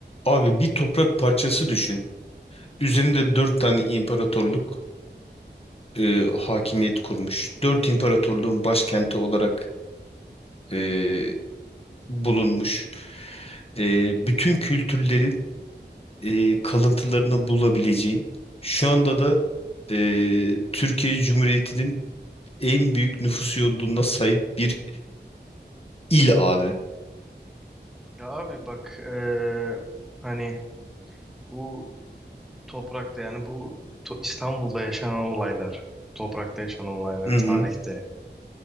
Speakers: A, on the left; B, in the centre.
A: Abi bir toprak parçası düşün. Üzerinde dört tane imparatorluk e, hakimiyet kurmuş. Dört imparatorluğun başkenti olarak e, bulunmuş. E, bütün kültürlerin e, kalıntılarını bulabileceğin. Şu anda da e, Türkiye Cumhuriyeti'nin en büyük nüfus yoğunluğuna sahip bir il abi.
B: Ya abi bak eee, hani bu toprakta yani bu to- İstanbul'da yaşanan olaylar, toprakta yaşanan olaylar
A: Hı
B: tarihte.
A: hı.